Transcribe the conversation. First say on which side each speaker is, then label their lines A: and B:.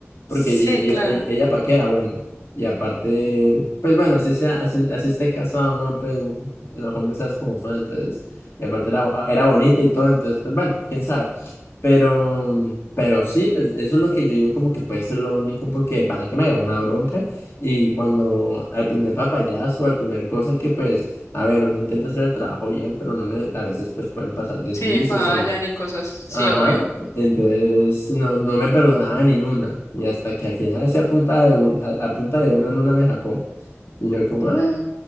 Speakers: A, on the left (about 55°); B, on the left (about 80°).
A: porque
B: Sí,
A: ella, ella,
B: claro.
A: ella, ella pa' qué era bueno. Y aparte, pues bueno, así sea, así, así esté casado, ¿no? Pues los hombres sabes cómo son, entonces, y aparte era, bo- era bonita y todo, entonces, pues bueno, quién sabe. Pero, pero sí, pues eso es lo que yo digo como que puede ser lo único, porque de pana que me agarró una bronca y cuando al primer papayazo, al primer cosa que pues, a ver, uno intenta hacer el trabajo bien, pero no, ne- a veces pues pueden pasar deslices
B: Sí, fallan
A: o no
B: y cosas, sí,
A: Ajá,
B: obvio.
A: entonces no, no me perdonaba ni una. Y hasta que al final hacía punta de, un- a, a punta de una en una me sacó. Y yo como, ah,
B: Ah,